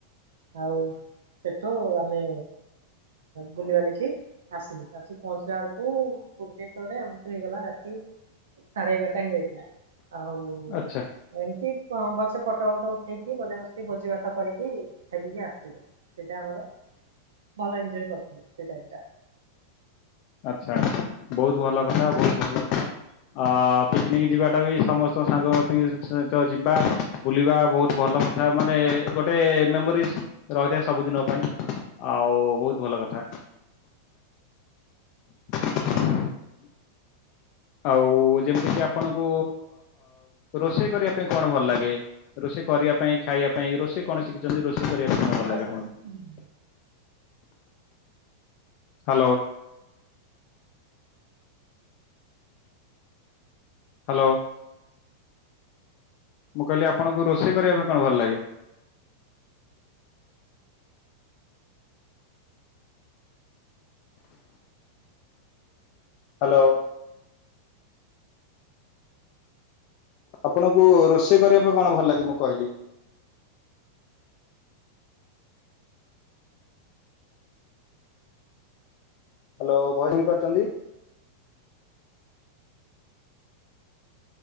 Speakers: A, on the right; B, on the left.
A: ଆଉ ସେଠୁ ଆମେ ବୁଲିିବାଲିକି ଆସିଲୁ ଆସିକି ପହଞ୍ଚିଲା ବେଳକୁ ଭୁବନେଶ୍ଵରରେ ଆମକୁ ହେଇଗଲା ରାତି ସାଢେ ଏଗାରଟା ହେଇ ଯାଇଥିଲା ଆଉ
B: ଆଚ୍ଛା
A: ଏମିତି ଭଲସେ ପଟ ଫଟ ଉଠେଇକି ମଜା ମସ୍ତି ଭୋଜି ଭାତ କରିକି ଖାଇ ପିକି ଆସିଥିଲୁ। ସେଟା ଆମର ଭଲ ଏଞଜୟ କରିଥିଲି ସେଇ ରାଇଡ ଟା।
B: ଆଚ୍ଛା ଆଚ୍ଛା ବହୁତ ଭଲ କଥା ବହୁତ ଭଲ କଥା। ଅ ପିକନିକ ଯିବାଟା ବି ସମସ୍ତଙ୍କ ସାଙ୍ଗସଥି ସହିତ ଯିବା। ବୁଲିବା ବହୁତ ଭଲ କଥା ମାନେ ଗୋଟେ ମେମୋରିଜ ରହିଥାଏ ସବୁଦିନ ପାଇଁ। ଆଉ ବହୁତ ଭଲ କଥା। <inaudible> ଆଉ ଯେମିତି କିି ଆପଣଙ୍କୁ ରୋଷେଇ କରିବା ପାଇଁ କଣ ଭଲ ଲାଗେ? ରୋଷେଇ କରିବା ପାଇଁ ଖାଇବା ପାଇଁ ରୋଷେଇ କଣ ଶିଖିଛନ୍ତି ରୋଷେଇ କରିବା ପାଇଁ
A: ତମ
B: କଣ ଭଲ
A: ଭଏସ
B: ଲାଗେ
A: ଟା
B: ଆପଣଙ୍କୁ?
A: କଟୁଛି।
B: ହାଲୋ। ହାଲୋ। ମୁଁ କହିଲି ଆପଣଙ୍କୁ ରୋଷେଇ କରିବା ପାଇଁ କଣ ଭଲ ଲାଗେ? ହାଲୋ। ଆପଣଙ୍କୁ ରୋଷେଇ କରିବା ପାଇଁ କଣ ଭଲ ଲାଗେ ମୁଁ କହିଲି। ହାଲୋ ଭୟସ୍ ଶୁଣି ପାରୁଛନ୍ତି।